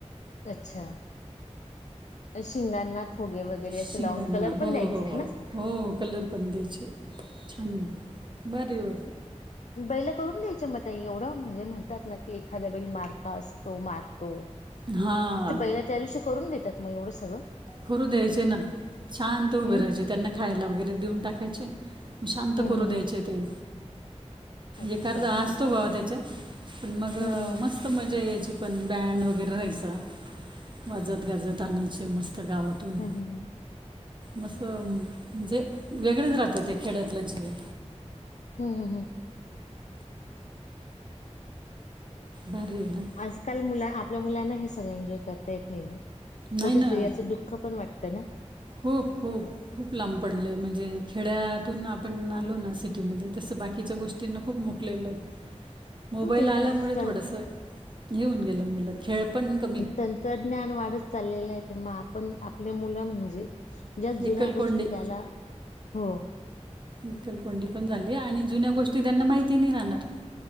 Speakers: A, on the left; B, on the right.
A: अच्छा शिंगांना फुगे वगैरे
B: शिंगांना
A: असं लावून कलर
B: हो
A: पण द्यायचेत
B: हो हो
A: ना.
B: हो कलर पण द्यायचे छान बारी होत.
A: बैल करून द्यायचे म ताई. एवढं म्हणजे म्हणतात ना की एखाद्या वेळी मारका असतो. मारतो.
B: हां
A: बैल त्या दिवशी करून देतात मग एवढं सगळं?
B: करू द्यायचे ना शांत उभे
A: हम्म
B: राहायचे. त्यांना खायला वगैरे देऊन टाकायचे. शांत
A: हम्म
B: करू
A: हम्म
B: द्यायचे
A: हम्म
B: ते.
A: अच्छा
B: एक अर्धा असतो बा त्याच्यात. पण मग
A: हम्म हम्म
B: मस्त मजा यायची पण. बँड व वगैर राहायचा. वाजत गाजत आणायचे मस्त गावातून.
A: हम्म हम्म हम्म
B: मस् म्हणजे वेगळंच राहतं. ते खेड्यातलं जीवन.
A: हम्म हम्म हम्म.
B: भारीय ना.
A: आजकाल मुला आपल्या मुलांना हे सगळ एन्जॉय करता येत नाही ना.
B: नाही
A: कुठेतरी
B: ना
A: याचं दुःख पण वाट त ना.
B: खूप खूप. खूप लांब पडलय. म्हणजे खेड्यातून आपण आलो ना सिटीमध्ये. तसं बाकीच्या गोष्टी ना खूप मुकलेलोय. मोबाईल
A: हो ते
B: आल्यामुळे
A: तर आहेच तंत्र
B: थोडस घेऊन गेलं मुलं खेळ पण क
A: तंत्रज्ञान वाढत चाललेलंय. पण मग आपण आपले मुलं म्हणजे ज्या जुन्या
B: एकलकोंडी
A: गोष्टी त्याला, हो.
B: एकल कोंडी पण झाली. आणि जुन्या गोष्टी त्यांना माहिती नाही राहणार.